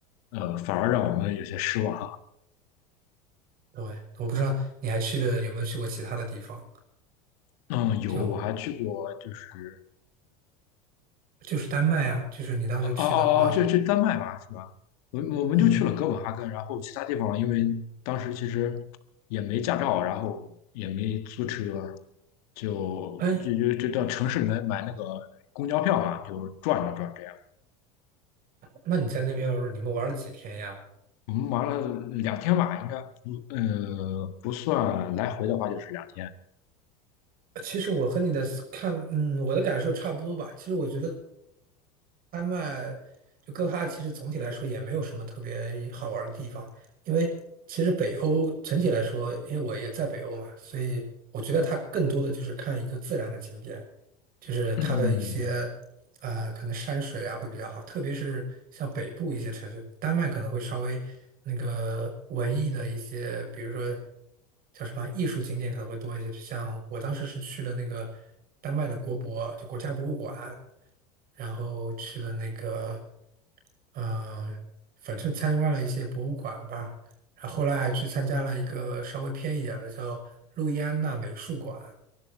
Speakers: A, on the left; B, on the right.
A: 呃，反而让我们有些失望。
B: 对，我不知道你还去了有没有去过其他的地方，
A: 嗯，有，
B: 就
A: 我还去过，就是
B: 就是丹麦啊，就是你当时去的话，
A: 哦哦哦，就去丹麦嘛，是吧？我我们就去了哥本哈根，
B: 嗯，
A: 然后其他地方因为当时其实也没驾照，然后也没租车，就就就就到城市里面买那个公交票嘛，
B: 哎，
A: 就转了转这样。
B: 那你在那边儿你们玩了几天呀？
A: 我们玩了两天吧，应该不呃不算来回的话就是两天。
B: 其实我和你的看，嗯，我的感受差不多吧。其实我觉得，丹麦就哥哈，其实总体来说也没有什么特别好玩儿的地方，因为其实北欧整体来说，因为我也在北欧嘛，所以我觉得它更多的就是看一个自然的景点，就是它的一些呃可能山水啊会比较好，
A: 嗯，
B: 特别是像北部一些城市，丹麦可能会稍微那个文艺的一些，比如说叫什么艺术景点可能会多一些，就像我当时是去了那个丹麦的国博，就国家博物馆。然后去了那个，呃，反正参观了一些博物馆吧，然后后来还去参加了一个稍微偏一点儿的叫路易安娜美术馆，